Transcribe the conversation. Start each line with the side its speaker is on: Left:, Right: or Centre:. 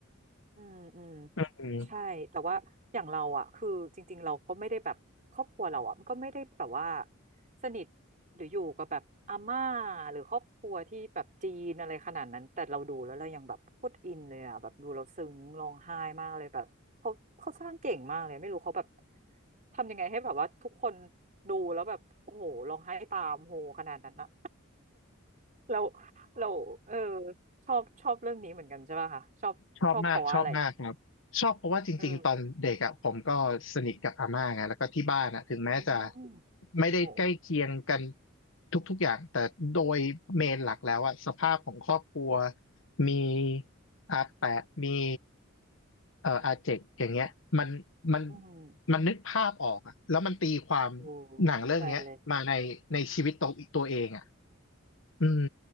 Right: อืมอืม
Left: อืม
Right: ใช่แต่ว่าอย่างเราอ่ะคือจริงๆเราก็ไม่ได้แบบครอบครัวเราอ่ะมันก็ไม่ได้แบบว่าสนิทหรืออยู่กับแบบอาม่าหรือครอบครัวที่แบบจีนอะไรขนาดนั้นแต่เราดูแล้วเรายังแบบโคตรอินเลยอ่ะแบบดูเราซึ้งร้องไห้มากเลยแบบเขาเขาสร้างเก่งมากเลยไม่รู้เขาแบบทำยังไงให้แบบว่าทุกคนดูแล้วแบบโอ้โหร้องไห้ตามโหขนาดนั้นนะ <laughs> เราเราเออ ชอบชอบเรื่องนี้เหมือนกันใช่ป่ะคะชอบชอบเพราะว่าอะไร
Left: ชอบมากชอบมากครับชอบเพราะว่าจริงๆตอนเด็กอ่ะผมก็สนิทกับอาม่าไงแล้วก็ที่บ้านอ่ะถึงแม้จะ
Right: เอออืม
Left: ไม่ได้ใกล้เคียงกัน
Right: โอ้โห
Left: ทุกๆอย่างแต่โดยเมนหลักแล้วอ่ะสภาพของครอบครัวมีอาแปะมีเอ่ออาเจกอย่างเงี้ยมันมัน
Right: อืม
Left: มันนึกภาพออกอ่ะแล้วมันตีความ
Right: โอ้
Left: หนังเรื่องเนี้ยมาในในชีวิตตัวตัวเองอ่ะ
Right: เข้าใจเลย
Left: อืม